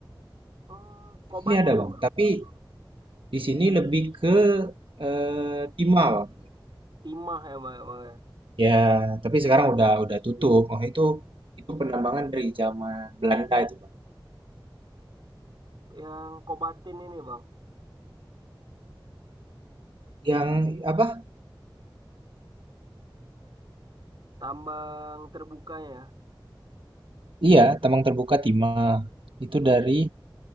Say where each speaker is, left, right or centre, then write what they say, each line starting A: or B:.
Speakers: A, on the right; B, on the right.
A: hmm,
B: Di
A: Kobatin,
B: sini ada, Bang.
A: Bang.
B: Tapi di sini lebih ke eh, timah, Bang.
A: Timah emang, emang ya.
B: Ya, tapi sekarang udah udah tutup. Oh, itu itu penambangan dari zaman Belanda itu, Bang.
A: Yang Kobatin ini, Bang.
B: Yang apa?
A: Tambang terbukanya.
B: Iya, tambang terbuka timah. Itu
A: Oh.
B: dari